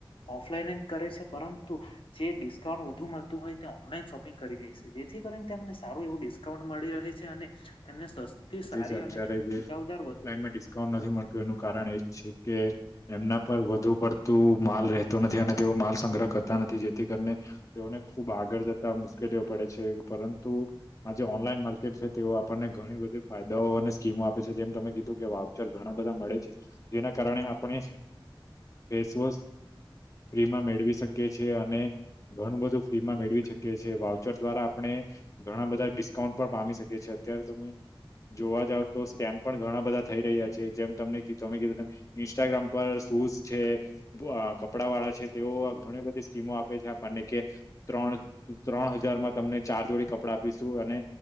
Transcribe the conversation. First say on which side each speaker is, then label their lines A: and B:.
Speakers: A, on the left (about 75°); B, on the left (about 35°).
A: ઓફલાઈન જ કરે છે, પરંતુ જે ડિસ્કાઉન્ટ વધુ મળતું હોય તે ઓનલાઈન શોપિંગ કરી લે છે, જે નેને સારું એવું ડિસ્કાઉન્ટ મળી રહે છે, અને તેમને સસ્તી,
B: જે
A: સારી
B: છે અત્યારે
A: અને
B: જે
A: તકાવ
B: ઓફલાઈનમાં ડિસ્કાઉન્ટ નથી મળતું. એનું કારણ એજ છે કે એમના પર વધુ પડતું તો માલ રહેતો નથી, અને તેઓ માલ સંગ્રહ કરતા નથી. જેથી કરીને તેઓને ખુબ આગળ જતા મુશ્કેલી પડે છે. પરંતુ આ જે ઓનલાઈન માર્કેટ છે, તે આપણને ઘણી બધી ફાયદાઓ અને સ્કીમો આપે છે. જેમ તમે કીધું કે, વાઉચર ઘણા બધા મળે છે, જેના કારણે આપણે ફેસવોશ. ફ્રીમાં મેળવી શકીએ છીએ અને ઘણું બધું ફ્રીમાં મેળવી શકીએ છીએ વાઉચર દ્વારા આપણે ઘણા બધા ડિસ્કાઉન્ટ પણ પામી શકે છે, અત્યારે તમે જોવા જાવ તો સ્કેમ પણ ઘણા બધા થઈ રહ્યા છે, જેમ તમને તમે કીધું ઇન્સ્ટાગ્રામ પર શૂઝ છે, કપડા વાળા છે, તેઓ ઘણી બધી સ્કીમો આપે છે આપણને કે ત્રણ ત્રણ હજારમાં તમને ચાર જોડી કપડા આપીશું. અને